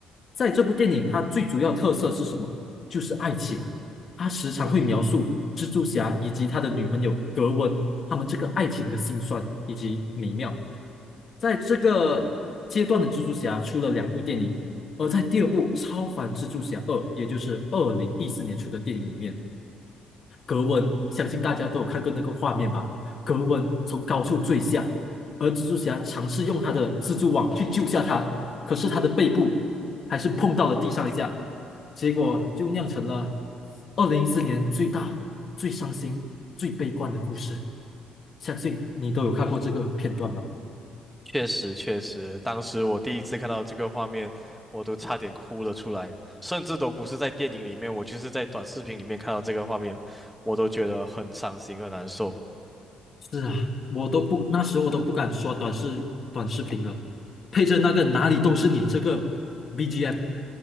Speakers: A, on the left; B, in the centre.
A: 在这部电影，它最主要特色是什么？就是爱情。它时常会描述蜘蛛侠以及他的女朋友格温他们这个爱情的辛酸以及美妙。在这个阶段的蜘蛛侠出了两部电影，而在第二部《超凡蜘蛛侠二》，也就是二零一四年出的电影里面。格温，相信大家都有看过那个画面吧？格温从高处坠下，而蜘蛛侠尝试用他的蜘蛛网去救下他，可是他的背部还是碰到了地上一下，结果就酿成了二零一四年最大、最伤心、最悲观的故事。相信你都有看过这个片段吧？
B: 确实，确实，当时我第一次看到这个画面，我都差点哭了出来，甚至都不是在电影里面，我就是在短视频里面看到这个画面，我都觉得很伤心、很难受。
A: 是啊，我都不，那时候我都不敢刷短视短视频了，配着那个哪里都是你这个 BGM，